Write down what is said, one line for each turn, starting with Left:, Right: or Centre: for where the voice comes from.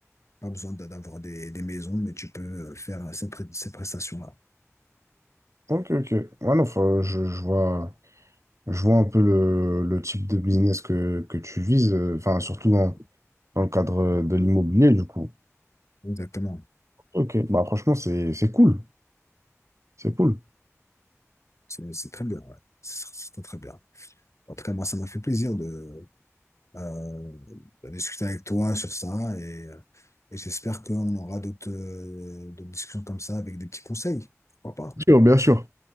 Left: Pas besoin d'a- d'avoir des, des maisons, mais tu peux euh, faire ces, pré- ces prestations-là.
Right: Ok, ok. Ouais, non, faut- je, je vois, je vois un peu le, le type de business que, que tu vises, euh, enfin, surtout dans,
Left: Mm.
Right: dans le cadre de l'immobilier, du coup.
Left: Exactement.
Right: Ok, bah franchement, c'est, c'est cool. C'est cool.
Left: C'est c'est très bien, ouais. C'est c'est très très bien. En tout cas, moi, ça m'a fait plaisir de, euh, à discuter avec toi sur ça et, euh, et j'espère qu'on aura d'autres euh, d'autres discussions comme ça avec des petits conseils. Pourquoi pas?
Right: Bien sûr, bien sûr.